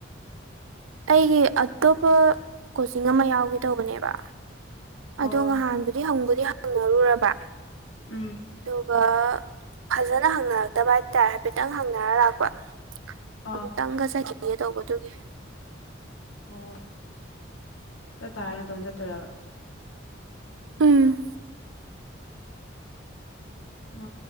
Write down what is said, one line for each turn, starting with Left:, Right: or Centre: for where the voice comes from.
Right: ꯑꯩꯒꯤ ꯑꯇꯣꯞꯄ ꯀꯣꯆꯤꯡ ꯑꯃ ꯌꯥꯎꯒꯦ ꯇꯧꯕꯅꯦꯕ꯫ ꯑꯗꯣ
Left: ꯑꯣ
Right: ꯅꯍꯥꯟꯗꯨꯗꯤ ꯍꯪꯕꯨꯗꯤ ꯍꯪꯅꯔꯨꯔꯕ꯫
Left: ꯎꯝ꯫
Right: ꯑꯗꯨꯒ ꯐꯖꯅ ꯍꯪꯅꯔꯛꯇꯕ ꯍꯥꯏꯇꯥꯔꯦ ꯍꯥꯏꯐꯦꯠꯇꯪ ꯍꯪꯅꯔ ꯂꯥꯛꯄ꯫
Left: ꯑꯥ
Right: ꯑꯃꯨꯛꯇꯪꯒ ꯆꯠꯈꯤꯒꯦ ꯇꯧꯕꯗꯨꯒꯤ꯫
Left: ꯑꯣ ꯆꯠꯇꯥꯔꯗꯤ ꯅꯇꯣꯝ ꯆꯠꯇꯣꯏꯔꯕ꯫
Right: ꯎꯝ꯫
Left: ꯎꯝ